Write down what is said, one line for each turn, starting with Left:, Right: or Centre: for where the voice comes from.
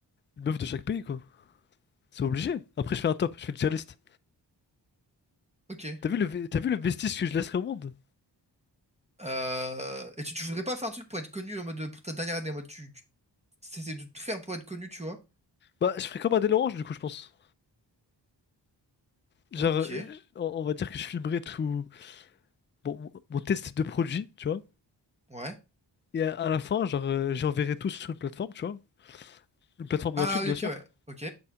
Left: une meuf de chaque pays, quoi. C'est obligé. Après, je fais un top, je fais une tier list.
Right: Ok.
Left: T'as vu le, ve- t'as vu le vestige que je laisserai au monde?
Right: Euh, et tu, tu voudrais pas faire un truc pour être connu en mode, pour ta dernière année, en mode, tu, tu t'essaies de tout faire pour être connu, tu vois?
Left: Bah, je ferai comme Adèle Orange, du coup, je pense. Genre,
Right: Ok.
Left: euh, on, on va dire que je filmerai tout bon, mon mon test de produit, tu vois.
Right: Ouais.
Left: Et à, à la fin, genre, euh, j'enverrai tout sur une plateforme, tu vois. Une plateforme
Right: Ah
Left: gratuite,
Right: oui,
Left: bien
Right: ok,
Left: sûr.
Right: ouais. Ok,